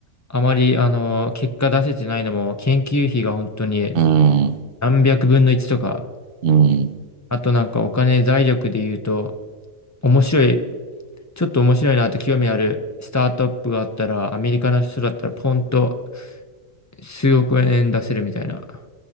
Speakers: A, on the left; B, on the right.
A: あまり、あの、結果出せてないのも、研究費が本当に
B: うん。
A: 何百分の1とか、
B: うん。
A: あとなんかお金財力で言うと、面白い、ちょっと面白いなって興味あるスタートアップがあったら、アメリカの人だったらポンと数億円出せるみたいな。